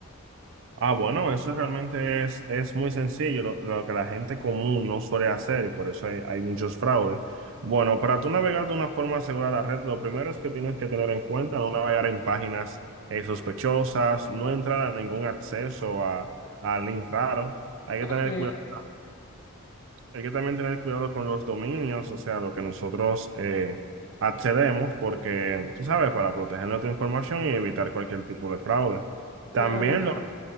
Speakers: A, on the right (about 55°); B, on the left (about 60°).
A: Ah, bueno, eso realmente es, es muy sencillo, lo, lo que la gente común no suele hacer y por eso hay, hay muchos fraudes. Bueno, para tú navegar de una forma segura la red, lo primero es que tienes que tener en cuenta no navegar en páginas eh, sospechosas, no entrar a ningún acceso a, a link raro. Hay
B: Ok,
A: que tener cuidado, hay que también tener cuidado con los dominios, o sea, lo que nosotros eh, accedemos, porque tú sabes, para proteger nuestra información y evitar cualquier tipo de fraude.
B: claro
A: También
B: que sí.